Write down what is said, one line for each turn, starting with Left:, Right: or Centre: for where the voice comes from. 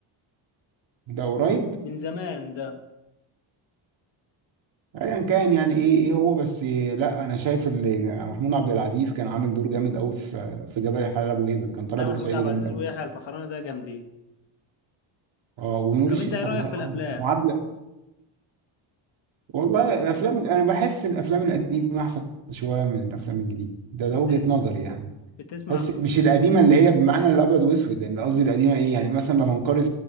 Right: ده قريب
Left: من زمان ده
Right: ايا كان يعني ايه ايه هو بس آه، لا انا شايف اللي محمود عبد العزيز كان عامل دور جامد قوي في في جبل الحلال ابو هيبه كان طالع
Left: ده
Right: دور
Left: محمود
Right: سعيدي
Left: عبد
Right: جامد
Left: العزيز
Right: قوي
Left: ويحيى الفخراني ده جامدين
Right: اه ونور الشريف
Left: طب انت ايه رأيك
Right: الله يرحمه
Left: في الافلام
Right: يعني. وعبد والله الافلام انا بحس إن الافلام القديمه احسن شويه من الافلام الجديده ده
Left: بت...
Right: ده وجهه نظري يعني
Left: بتسمع
Right: بحس مش القديمه اللي هي بمعنى الابيض واسود يعني قصدي القديمه ايه يعني مثلا لو هنقارن